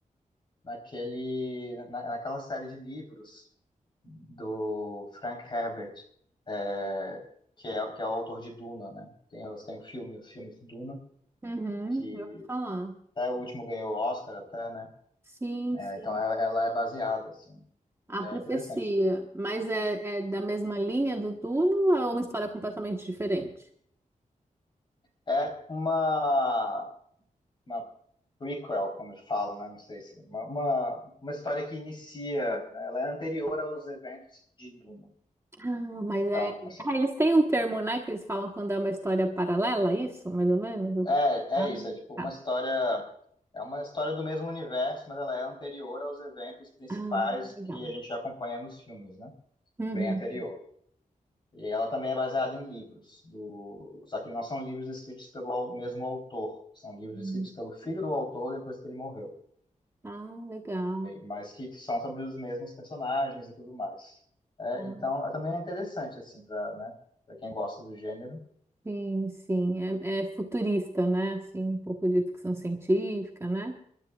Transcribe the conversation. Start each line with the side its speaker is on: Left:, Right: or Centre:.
Left: naquele, na- naquela série de livros do Frank Herbert, é, que é, que é o autor de Duna, né? Tem, os- tem o filme, os filmes Duna,
Right: Uhum,
Left: que
Right: eu vou falar.
Left: até o último ganhou o Oscar até, né?
Right: Sim,
Left: É,
Right: sim.
Left: então ela, ela é baseada, assim,
Right: A
Left: e é
Right: profecia.
Left: interessante.
Right: Mas é, é da mesma linha do Duna ou é uma história completamente diferente?
Left: É uma, uma prequel, como eles falam, né? Não sei se... Uma, uma, uma história que inicia, né? Ela é anterior aos eventos de Duna.
Right: Ah, mas
Left: Então,
Right: é.
Left: assim,
Right: Ah, eles têm um termo, né, que eles falam quando é uma história paralela, isso, mais ou menos?
Left: É,
Right: Ah,
Left: é isso, é tipo
Right: tá.
Left: uma história, é uma história do mesmo universo, mas ela é anterior aos eventos principais
Right: Ah, legal.
Left: que a gente já acompanha nos filmes, né?
Right: Uhum.
Left: Bem anterior. E ela também é baseada em livros, do... só que não são livros escritos pelo au- mesmo autor, são livros
Right: Hum.
Left: escritos pelo filho do autor depois que ele morreu,
Right: Ah, legal.
Left: mas que são sobre os mesmos personagens e tudo mais. É,
Right: Ah,
Left: então, é também é interessante, assim, para, né, para quem gosta do gênero.
Right: sim, sim. É, é futurista, né? Assim, um pouco de ficção científica, né?